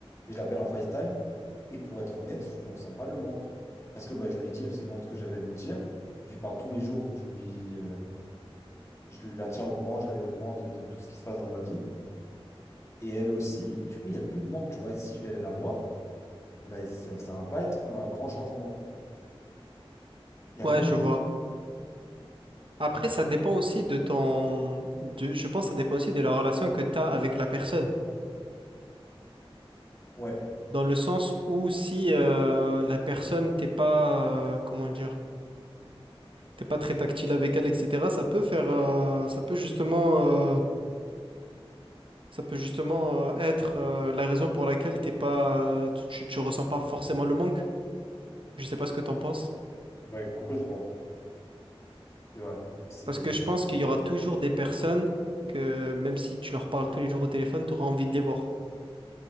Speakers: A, on the left (about 30°); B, on the right (about 60°).
A: Et je l'appelle en FaceTime. Et pour être honnête, je ne ressens pas le manque. Parce que bah, je lui dis absolument tout ce que j'avais à lui dire. Je lui parle tous les jours, donc je lui, euh, je la tiens au courant, je la mets au courant de, de tout ce qui se passe dans ma vie. Et elle aussi. Mais du coup, il n'y a plus de manque. Tu vois, Et si je vais aller la voir. Bah, ça ça va pas être un grand changement. Il n'y
B: Ouais,
A: a rien
B: je
A: de nouveau.
B: vois. Après, ça dépend aussi de ton... de- Je pense que ça dépend aussi de la relation que tu as avec la personne.
A: Ouais.
B: Dans le sens où si euh, la personne, t'es pas... euh, comment dire? T'es pas très tactile avec elle, etc. Ça peut faire... euh, ça peut justement... euh, ça peut justement euh, être euh, la raison pour laquelle t'es pas... euh, tu, tu tu ressens pas forcément le manque. Je sais pas ce que t'en penses.
A: Ouais, complètement. C'est vrai. C'est...
B: Parce que je pense qu'il y aura toujours des personnes que même si tu leur parles tous les jours au téléphone, tu auras envie de les voir.